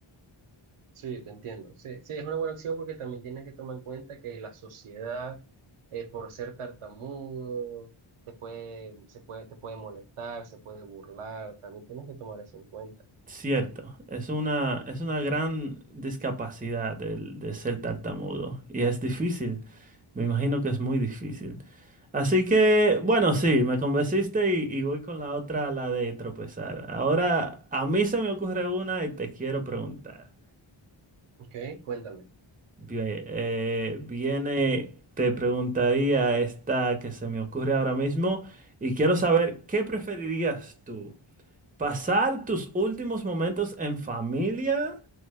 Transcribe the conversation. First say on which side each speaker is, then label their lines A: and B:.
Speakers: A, on the right (about 85°); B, on the right (about 15°).
A: Sí, te entiendo. Sí, sí, es una buena opción porque también tienes que tomar en cuenta que la sociedad, eh, por ser tartamudo, te puede, se puede, te puede molestar, se puede burlar, también tienes que tomar eso en cuenta.
B: Cierto, es una, es una gran discapacidad el de ser tartamudo y es difícil, me imagino que es muy difícil. Así que, bueno, sí, me convenciste y, y voy con la otra, la de tropezar. Ahora, a mí se me ocurre una y te quiero preguntar.
A: Ok, cuéntame.
B: Vie- eh, viene, te preguntaría esta que se me ocurre ahora mismo y quiero saber, ¿qué preferirías tú? Pasar tus últimos momentos en familia